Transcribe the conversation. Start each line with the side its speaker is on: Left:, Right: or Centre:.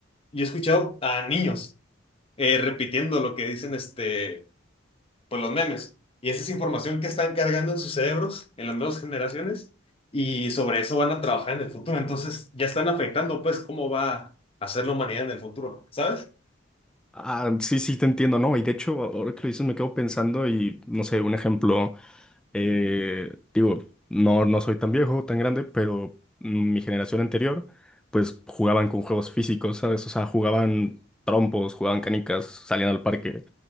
Left: Yo he escuchado a niños eh, repitiendo lo que dicen este, pues los memes. Y esa es información que están cargando en sus cerebros, en las nuevas generaciones, y sobre eso van a trabajar en el futuro. Entonces ya están afectando, pues, cómo va a ser la humanidad en el futuro, ¿sabes?
Centre: Ah, sí, sí, te entiendo, ¿no? Y de hecho, ahora que lo dices, me quedo pensando y, no sé, un ejemplo, eh, digo, no, no soy tan viejo, tan grande, pero mm, mi generación anterior, pues jugaban con juegos físicos, ¿sabes? O sea, jugaban trompos, jugaban canicas, salían al parque.